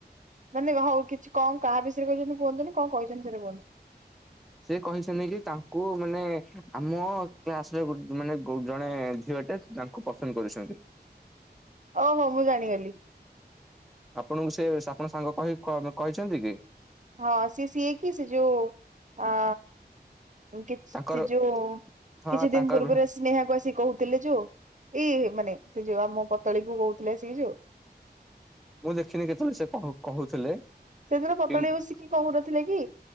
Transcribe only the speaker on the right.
ମାନେ ଯାହା ହଉ କିଛି କଣ କାହା ବିଷୟରେ କହିଛନ୍ତି କୁହନ୍ତୁନି କଣ କହିଛନ୍ତି କୁହନ୍ତୁ?
ଓହୋ ମୁଁ ଜାଣିଗଲି।
ହଁ ସିଏ ସିଏକି ସେ ଯଉ ଆ କି
ସେ ଯୋଉ
କିଛି
ଦିନ ପୂର୍ବରୁ ଆସ ସ୍ନେହାକୁ ଆସିିକି କହୁ ଥିଲେ ଯୋଉ ଏଇ ମାନେ ସେ ଯୋଉ ଆମ ପତଳୀ କୁ କହୁଥିଲେ ଆସିକି ଯୋଉ।
ସେଦିନ ପତଳି
ବସିକି କହୁନଥିଲା କି